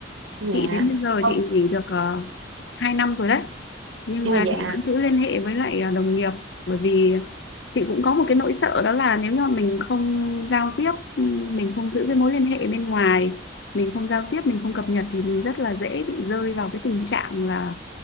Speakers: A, on the right; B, on the left.
A: dạ
B: chị đến bây giờ
A: không
B: chị nghỉ được uh, 2 năm rồi đấy nhưng
A: à,
B: mà
A: dạ
B: chị vẫn giữ liên hệ với lại ờ, đồng nghiệp bởi vì chị cũng có một cái nỗi sợ đó là nếu như mà mình không giao tiếp ừ, mình không giữ cái mối liên hệ bên ngoài mình không giao tiếp mình không cập nhật thì mình rất là dễ bị rơi vào cái tình trạng là